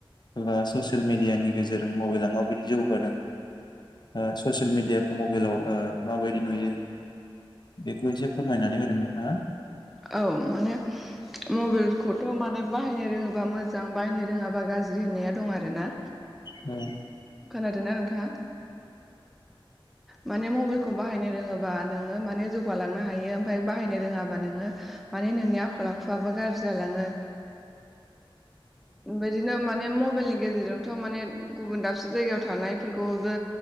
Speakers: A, on the left; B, in the centre.
A: ओ ससियेल मिडिआनि गेजेरजों जों मबाइला माबादि जौगादों ओ ससिल मिडिआखौ मबेलाव माबादि नुयो बेखौ एसे फोरमायनानै होदों नोंथांआ
B: औ माने उम उम मबाइलखौथ' माने बाहायनो रोङोबा मोजां बाहायनो रोङाबा गाज्रि होननाया दं आरो ना
A: दा
B: खोनादों ना नोंथांआ हो माने मबेलखौ बाहायनो रोङोबा नोङो माने जौगालांनो हायो आमफाय बाहायनो रोङाबा नोङो मानि नोंनि आखल आखुआबो गाज्रि जालाङो बिदिनो माने मबेलनि गेजेरजोंथ' माने गुबुन दाबसे जायगायाव थानायफोरखौबो